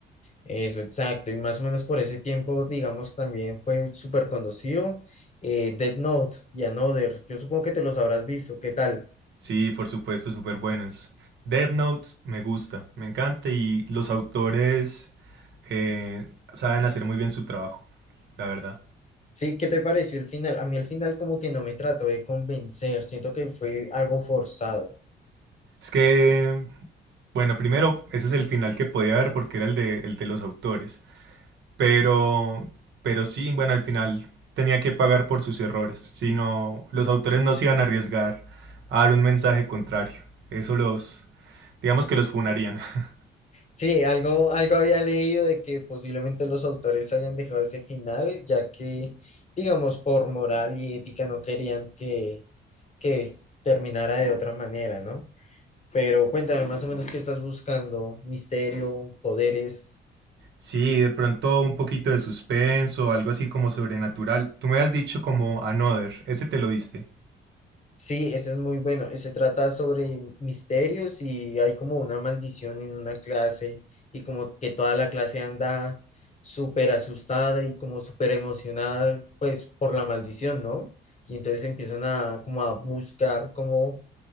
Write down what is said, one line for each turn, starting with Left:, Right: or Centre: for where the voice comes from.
Left: Eso, exacto. Y más o menos por ese tiempo, digamos, también fue súper conocido. Eh, Death Note y Another. Yo supongo que te los habrás visto. ¿Qué tal?
Right: sí, por supuesto, súper buenos. Death Note, me gusta, me encanta y los autores eh, saben hacer muy bien su trabajo, la verdad.
Left: Sí, ¿qué te pareció el final? A mí el final como que no me trató de convencer. Siento que fue algo forzado.
Right: Es que, bueno, primero, ese es el final que podía haber porque era el de, el de los autores. Pero, pero sí, bueno, al final tenía que pagar por sus errores, si no, los autores no se iban a arriesgar a dar un mensaje contrario. Eso los, digamos que los funarían. <laughs>
Left: Sí, algo, algo había leído de que posiblemente los autores hayan dejado ese final, ya que, digamos, por moral y ética no querían que, que terminara de otra manera, ¿no? Pero cuéntame más o menos qué estás buscando, misterio, poderes.
Right: Sí, de pronto un poquito de suspenso, algo así como sobrenatural. Tú me has dicho como Another, ese te lo diste.
Left: Sí, ese es muy bueno. Se trata sobre misterios y hay como una maldición en una clase y como que toda la clase anda súper asustada y como súper emocionada pues por la maldición, ¿no? Y entonces empiezan a como a buscar cómo